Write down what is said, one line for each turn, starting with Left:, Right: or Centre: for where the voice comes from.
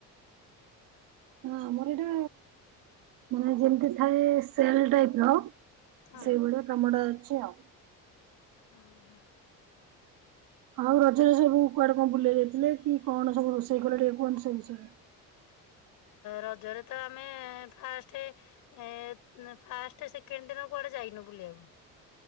Right: ଆମର ଏଇଟା ମାନେ ଯେମିତି ଥାଏ ସେଲ ଟାଇପ ର
Left: ହଁ।
Right: ସେଇଭଳିଆ କାମ ଟା ଅଛି ଆଉ।
Left: ଓ ହୋ।
Right: ଆଉ ରଜରେ ସବୁ କୁଆଡେ କଣ ବୁଲେଇ ଯାଇଥିଲେ। କି କଣ ସବୁ ରୋଷେଇ କଲେ ଟିକେ କୁହନ୍ତୁ ସେ ବିଷୟରେ।
Left: ରଜରେ ତ ଆମେ ଫାଷ୍ଟ ଏ ଫାଷ୍ଟ ସେକେଣ୍ଡ ଦିନ କୁଆଡେ ଯାଇନୁ ବୁଲିବାକୁ।